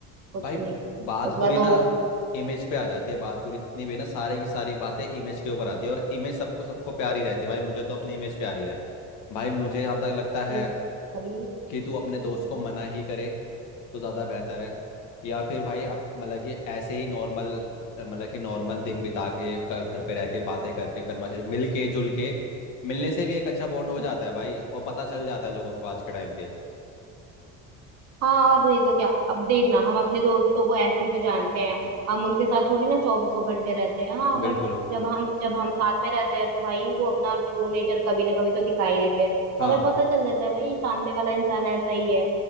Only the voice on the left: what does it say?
भाई
बात
पूरी
ना इमेज पे आ जाती है बात पूरी जितनी भी है ना सारी की सारी बातें इमेज के ऊपर आती है और इमेज सबको सबको प्यारी रहती है भाई मुझे तो अपनी इमेज प्यारी है भाई मुझे यहाँ तक लगता
है
कि तू अपने दोस्त
को मना ही करे तो ज़्यादा बेहतर है या फिर भाई अब मतलब कि ऐसे ही नॉर्मल मतलब कि नॉर्मल दिन बिता के क- घर पे रह के बातें करके कन्वर्सेशन मिल के जुल के मिलने से भी एक अच्छा बॉन्ड
हो जाता है भाई और पता चल जाता है लोगों को आज के टाइम पे
बिल्कुल
हाँ